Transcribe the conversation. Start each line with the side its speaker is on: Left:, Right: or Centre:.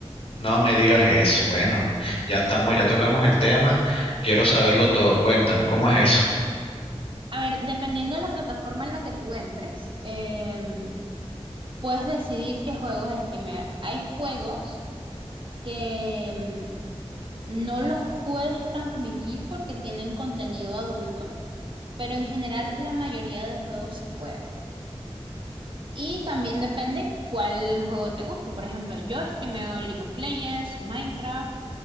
Left: No me digas eso. Bueno, ya estamos, ya tocamos el tema. Quiero saberlo todo. Cuéntame, ¿cómo es eso?
Right: A ver, dependiendo de la plataforma en la que tú entres, em, puedes decidir qué juegos streamear. Hay juegos que em, no los puedes transmitir porque tienen contenido adulto, pero en general la mayoría de juegos se puede. Y también depende cuál juego te guste. Por ejemplo, yo streameo League of Legends, Minecraft.